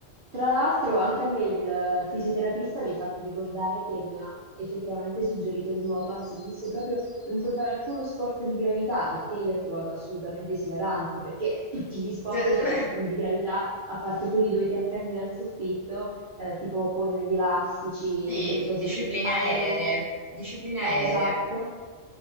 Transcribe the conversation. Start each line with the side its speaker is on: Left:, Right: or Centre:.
Right: tra l'altro anche a me il fisioterapista mi ha fatto ricordare che mi ha effettivamente suggerito il nuoto, anzi mi disse proprio non puoi fare alcuno sport di gravità, il che io ho trovato assolutamente esilarante, perché tutti gli sport
Centre: <laughs>
Right: sono di gravità, a parte quelli dove ti appendi dal soffitto eh, tipo con gli elastici,
Centre: Sì,
Right: quelle cose
Centre: discipline
Right: di aero,
Centre: aeree, discipline aeree.
Right: eh, esatto,